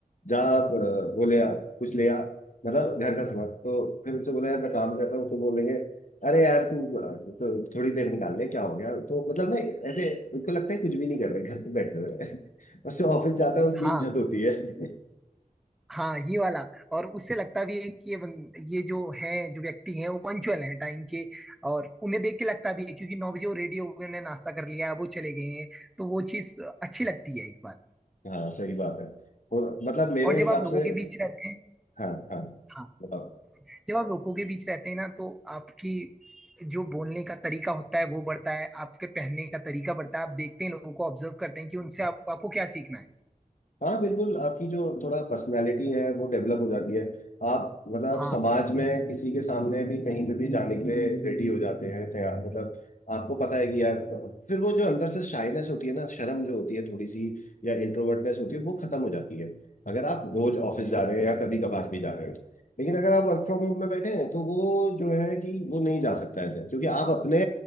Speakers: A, on the left; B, in the centre.
A: जा अ, वो ले आ कुछ ले आ मतलब घर का सामान तो फिर उनसे बोला यार मैं काम कर रहा हूँ तो बोलेंगे अरे यार तू अ, तो थोड़ी देर निकाल ले क्या हो गया तो मतलब ना ऐसे उनको लगता है कुछ भी नहीं कर रहे घर पे बैठे हुए हैं <laughs> और जो ऑफिस जाता है उसकी
B: हाँ
A: इज्जत होती है
B: हाँ ये वाला और उससे लगता भी है कि ये बन, ये जो है जो व्यक्ति हैं वो पंक्चुअल हैं टाइम के और उन्हें देख के लगता भी है क्योंकि नौ बजे वो रेडी हो गए उन्हें नाश्ता कर लिया है, वो चले गए हैं तो वो चीज अच्छी लगती है एक बार
A: हाँ सही बात है और मतलब मेरे
B: और जब
A: हिसाब
B: आप लोगों
A: से
B: के बीच रहते हैं
A: हाँ हाँ
B: हाँ
A: बताओ
B: जब आप लोगों के बीच रहते हैं ना तो आपकी जो बोलने का तरीका होता है वो बढ़ता है आपके पहनने का तरीका बढ़ता है आप देखते हैं लोगों को ऑब्जर्व करते हैं कि उनसे आप, आपको क्या सीखना है
A: हाँ बिल्कुल आपकी जो थोड़ा पर्सनालिटी है वो डेवलप हो जाती है आप मतलब आप
B: हाँ
A: समाज में किसी के सामने भी कहीं पे भी जाने के लिए रेडी हो जाते हैं तैयार मतलब आपको पता है कि यार फिर वो जो अंदर से शाइनेस होती है ना शर्म जो होती है थोड़ी सी या इंट्रोवर्टनेस होती है वो खत्म हो जाती है अगर आप रोज ऑफिस जा रहे हैं या कभी कभार भी जा रहे हो लेकिन अगर आप वर्क फ्रॉम होम में बैठे हैं तो वो जो है कि वो नहीं जा सकता ऐसे क्योंकि आप अपने